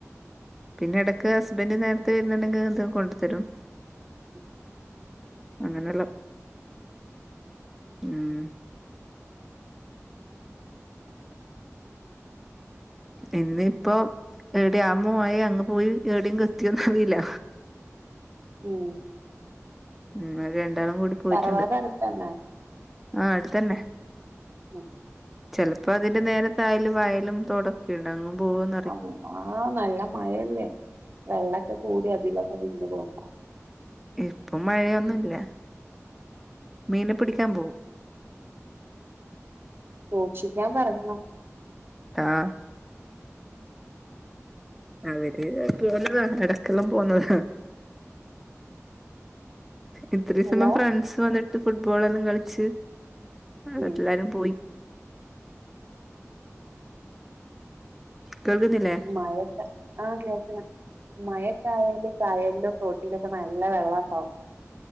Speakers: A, in the centre; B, on the right (about 45°).
A: പിന്നെ ഇടക്ക് ഹസ്ബൻഡ് നേരത്തെ വരുന്നുണ്ടെങ്കിൽ എന്തേ കൊണ്ട് തരും
B: ഉം
A: അങ്ങനെല്ലാം ഉം എന്ന് ഇപ്പോ എടെ അമ്മുവായി അങ്ങ് പോയി എവിടെങ്ക് എത്തിയോന്ന് അറിയില്ല
B: ഉം
A: ഉം അവര് രണ്ടാളും കൂടി പോയിട്ടുണ്ട്
B: തറവാട് അടുത്തന്നെ
A: ആഹ് അടുത്തന്നെ
B: ഉം
A: ചിലപ്പോ അതിന്റെ നേരെ തായെല് വയലും തോട്ക്ക് - ക്കെ ഇണ്ട് അങ്ങ് പോകൊ-
B: ആ ആ നല്ല മഴല്ലേ വെള്ളൊക്കെ കൂടി പിള്ളേർ അതിലൊക്കെ വിണു പോണ്ട
A: ഇപ്പം മഴയൊന്നുല്ല മീനെ പിടിക്കാൻ പോവും
B: സൂക്ഷിക്കാൻ പറഞ്ഞോ
A: ആഹ് അവര് പോന്നതാ ഇടക്കെല്ലാം പോന്നതാ ഇത്രയും
B: ഹലോ
A: സമയം ഫ്രണ്ട്സ് വന്നിട്ട് ഫുട്ബോൾ എല്ലാം കളിച്ച് അവര്
B: ഉം
A: എല്ലാരും പോയി കേൾക്കുന്നില്ലേ
B: മഴത്ത ആഹ് കേക്കണ് മയക്കായല് കയലിലും തോട്ടിയിലൊക്കെ നല്ല വെള്ളം ഉണ്ടാവും